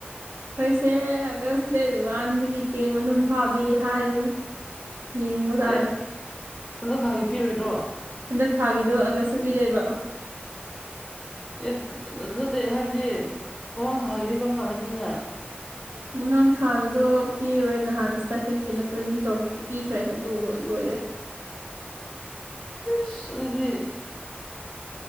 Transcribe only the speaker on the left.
ꯑꯦ ꯍꯟꯗꯛ ꯊꯥꯒꯤ ꯄꯤꯔꯣꯏꯗ꯭ꯔꯣ
ꯑꯦ ꯅꯠꯇꯦ ꯍꯥꯏꯕꯗꯤ ꯃꯃꯥꯡ ꯊꯥꯒꯤꯗꯤ ꯀꯔꯝ ꯀꯥꯟꯗ ꯄꯤꯅꯥꯏ
<inaudible> ꯁꯗꯤ